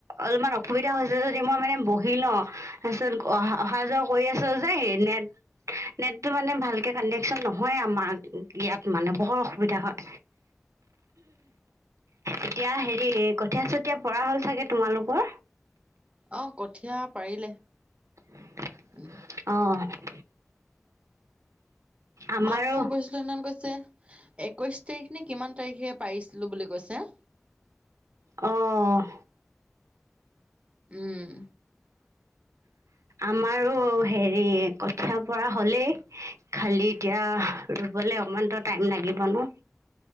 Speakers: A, on the right; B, on the right.
A: অলমান অসুবিধা হৈছে যদি মই মানে, ব সি ন' তাৰপিছত অহা -অহা যোৱা কৰি আছো যে নে। নেটটো মানে ভালকে কানেকচন নহয় আমাৰ ইয়াত মানে বৰ অসুবিধা হয়। এতিয়া হেৰি কঠীয়া চতিয়া পৰা হ'ল চাগে তোমালোকৰ।
B: অ', কঠীয়া পাৰিলে।
A: অ'।
B: উম
A: আমাৰো
B: মাক ফোন কৰিছিলো। সেইদিনাখন কৈছে। একৈশ তাৰিখ নে কিমান তাৰিখে পাৰিছিলো বুলি কৈছে।
A: অ'
B: উম।
A: আমাৰো হেৰি কঠীয়া বৰা হলেই খালি এতিয়া ৰুব। গ'লে অকমানো টাইম লাগিব ন।